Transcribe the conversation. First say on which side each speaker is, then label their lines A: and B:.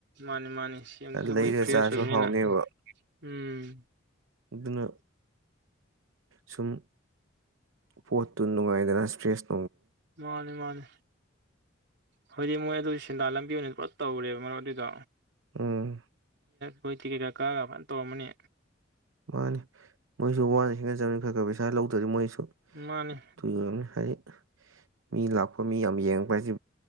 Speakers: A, on the right; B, on the right.
A: ꯃꯥꯅꯤ ꯃꯥꯅꯤ ꯁꯤ ꯑꯗꯨꯁꯨ ꯑꯩꯈꯣꯏ
B: ꯂꯩꯔꯒ
A: ꯐ꯭ꯔꯦꯁ
B: ꯆꯥꯔꯁꯨ
A: ꯑꯣꯏꯕꯅꯤꯅ
B: ꯍꯥꯎꯅꯦꯕ
A: ꯎꯝ
B: ꯑꯗꯨꯅ ꯁꯨꯝ ꯄꯣꯠꯇꯨ ꯅꯨꯡꯉꯥꯏꯗꯅ ꯏꯁ꯭ꯔꯦꯁ
A: ꯃꯥꯅꯤ ꯃꯥꯅꯤ ꯍꯧꯣꯏꯗꯤ ꯃꯣꯏ ꯑꯗꯨ ꯁꯦꯟꯗꯥ ꯂꯝꯕꯤ ꯑꯣꯏꯅ ꯄꯨꯂꯞ ꯇꯧꯔꯦꯕ ꯃꯔꯨꯞ ꯑꯗꯨꯗꯣ
B: ꯎꯝ
A: ꯑꯩꯈꯣꯏ ꯇꯤꯛꯀꯦꯠꯀꯛ ꯀꯛꯑꯒ ꯑꯗꯨꯃꯥꯏꯅ ꯇꯧꯔꯝꯃꯅꯤ
B: ꯃꯥꯅꯤ ꯃꯣꯏꯁꯨ ꯋꯥꯅ ꯁꯦꯝꯒꯠ ꯆꯅꯤ ꯈꯔ ꯈꯔ ꯄꯩꯁꯥ ꯂꯧꯗ꯭ꯔꯗꯤ ꯃꯣꯏꯁꯨ
A: ꯃꯥꯅꯤ
B: ꯇꯅꯤ ꯍꯥꯏ ꯃꯤ ꯂꯥꯛꯄ ꯃꯤ ꯌꯥꯝ ꯌꯦꯡꯛꯄ ꯍꯥꯏꯁꯤ